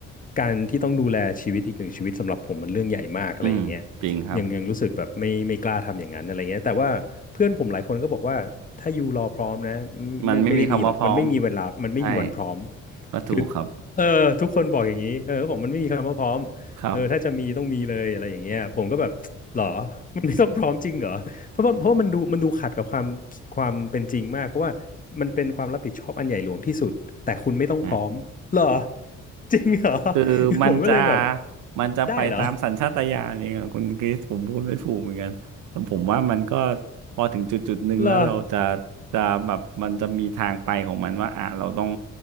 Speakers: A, on the left; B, on the right.
A: การที่ต้องดูแลชีวิตอีกหนึ่งชีวิตสำหรับผมมันเรื่องใหญ่มากอะไรอย่างเงี้ย
B: อืมจริงครับ
A: ยังยังรู้สึกแบบไม่ไม่กล้าทำอย่างนั้นอะไรเงี้ยแต่ว่าเพื่อนผมหลายคนก็บอกว่าถ้ายูรอพร้อมนะ
B: มันไม่มีคำว่าพร้อม
A: ไม่ไม่ได้มีหรอกมันไม่มีเวลามันไม่มีวันพร้อม
B: ใช่ก็ถูกครับ
A: คือเออทุกคนบอกอย่างนี้เออเขาบอกมันไม่มีคำว่าพร้อม
B: ครับ
A: เออถ้าจะมีต้องมีเลยอะไรอย่างเงี้ยผมก็แบบหรอมันไม่ต้องพร้อมจริงเหรอเพราะว่าเพราะว่ามันดูมันดูขัดกับความความเป็นจริงมากเพราะว่ามันเป็นความรับผิดชอบอันใหญ่หลวงที่สุดแต่คุณไม่ต้องพร้อมเหรอ
B: ฮะ
A: จริงเหรอ
B: คือมันจะ
A: <laughs> ผมก็เลยแบบ
B: มันจะไปตามสัญชาตญาณเองอะคุณคริสผมพูดไม่ถูกเหมือนกันแต่ผมว่ามันก็
A: ได้เหรอ
B: พอถึงจุดจุดหนึ่งแล้วเราจะ
A: เหรอ
B: จะแบบมันจะมีทางไปของมันว่าอ่ะเราต้อง